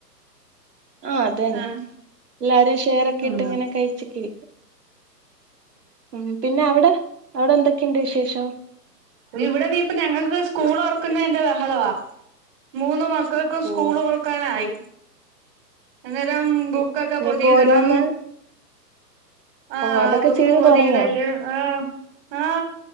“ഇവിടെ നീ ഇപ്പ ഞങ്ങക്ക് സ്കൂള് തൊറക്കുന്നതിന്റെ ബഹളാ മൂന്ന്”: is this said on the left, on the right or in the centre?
Right